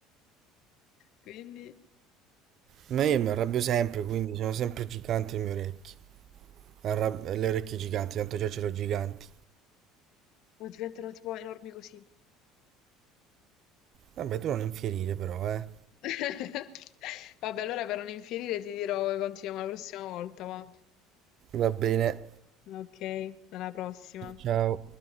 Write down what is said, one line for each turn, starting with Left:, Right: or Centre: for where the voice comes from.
Left: Quindi...
Right: Ma io mi arrabbio sempre, quindi sono sempre giganti le mie orecchie. Arrab- le orecchie giganti, tanto già ce l'ho giganti.
Left: O diventano tipo enormi così.
Right: Vabbè, tu non infierire però, eh.
Left: <laughs> Vabbè, allora per non infierire ti dirò che continuiamo la prossima volta, va.
Right: Va bene.
Left: Ok, alla prossima.
Right: Ciao.